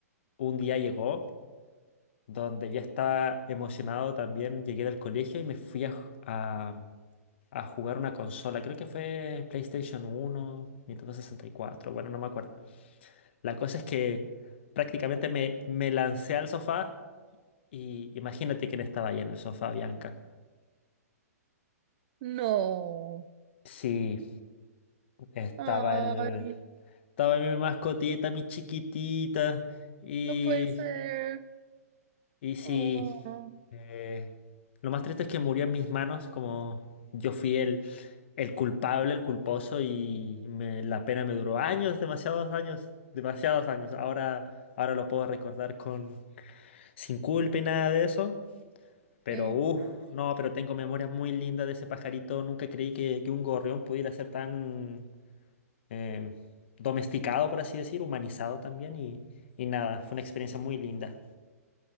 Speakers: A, on the left; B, on the right.
A: un día llegó donde ya estaba emocionado también, llegué del colegio y me fui a, ju- a- a jugar una consola, creo que fue PlayStation uno Nintendo sesenta y cuatro bueno, no me acuerdo. La cosa es que prácticamente me, me lancé al sofá y imagínate quién estaba ahí en el sofá, Bianca.
B: No.
A: Sí, estaba
B: Ay,
A: el... Estaba mi mascotita, mi chiquitita. Y,
B: no puede ser.
A: y sí,
B: Oh,
A: eh, lo más triste es que murió en mis manos, como yo fui el, el culpable, el culposo, y me- la pena me duró años, demasiados años, demasiados años. Ahora, ahora lo puedo recordar con sin culpa y nada de eso. Pero,
B: sí.
A: uff, no, pero tengo memorias muy lindas de ese pajarito. Nunca creí que, que un gorrión pudiera ser tan... eh, domesticado, por así decir, humanizado también y, y nada, fue una experiencia muy linda.